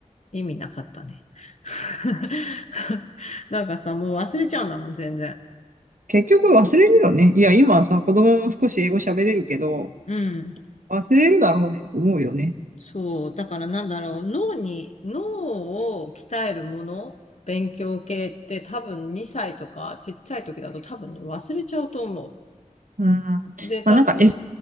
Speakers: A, on the left (about 60°); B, on the right (about 80°).
A: 意味なかったね。<laughs> なんかさ、もう忘れちゃうんだもん、全然。
B: 結局忘れるよね。いや、今はさ、子供も少し英語喋れるけど、
A: うん。
B: 忘れるだろうね、と思うよね。
A: そう。だからなんだろう。脳に、脳を鍛えるもの、勉強系って多分2歳とかちっちゃい時だと多分ね、忘れちゃうと思
B: うん。まあ、
A: う。で、多分、
B: なんか